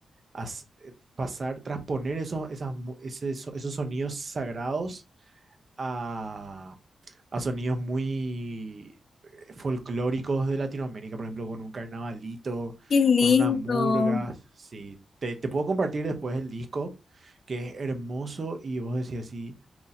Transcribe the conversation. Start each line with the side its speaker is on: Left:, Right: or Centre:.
Right: as- pasar, transponer esos, esas mu- ese- eso- esos sonidos sagrados a, a sonidos muy eh, folclóricos de Latinoamérica, por ejemplo, con un carnavalito,
Left: Qué lindo.
Right: con una murga.
Left: <laughs>
Right: Sí, te, te puedo compartir después el disco, que es hermoso y vos decís así,